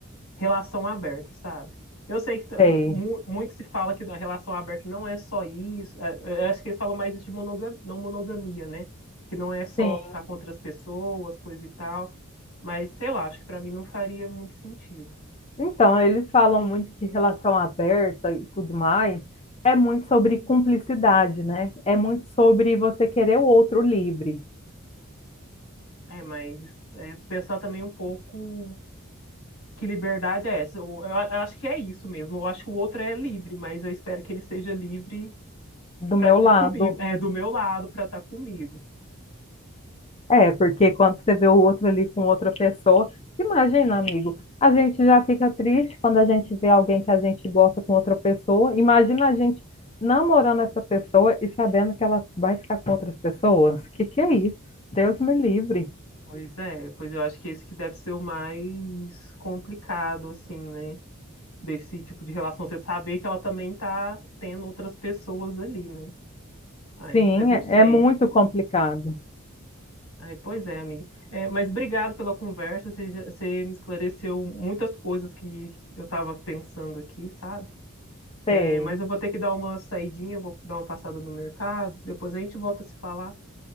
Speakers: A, on the left; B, on the left.
A: relação aberta, sabe? Eu sei que tá-
B: Sei,
A: mu- muito se fala que na relação aberta não é só isso. é- é- acho que eles falam mais de monogamia, não monogamia, né? Que não é só
B: sim.
A: ficar com outras pessoas, coisa e tal. Mas sei lá, acho que pra mim não faria muito sentido.
B: Então, eles falam muito que relação aberta e tudo mais é muito sobre cumplicidade, né? É muito sobre você querer o outro livre.
A: É, mas é, pensar também um pouco que liberdade é essa. Eu, eu- eu acho que é isso mesmo. Eu acho que o outro é livre, mas eu espero que ele seja livre
B: Do
A: para
B: meu lado.
A: comigo, é, do meu lado, para estar comigo.
B: É, porque quando você vê o outro ali com outra pessoa, imagina, amigo, a gente já fica triste quando a gente vê alguém que a gente gosta com outra pessoa. Imagina a gente namorando essa pessoa e sabendo que ela vai ficar com outras pessoas. Que que é isso? Deus me livre.
A: Pois é, pois eu acho que esse que deve ser o mais complicado, assim, né? Desse tipo de relação. Você saber que ela também tá tendo outras pessoas ali, né? Ai,
B: Sim,
A: mas não
B: é
A: sei.
B: é muito complicado.
A: Ai, pois é, amiga. É, mas obrigado pela conversa. Você, já- você me esclareceu muitas coisas que eu estava pensando aqui, sabe?
B: Sei.
A: É, mas eu vou ter que dar uma saidinha, vou dar uma passada no mercado. Depois a gente volta a se falar.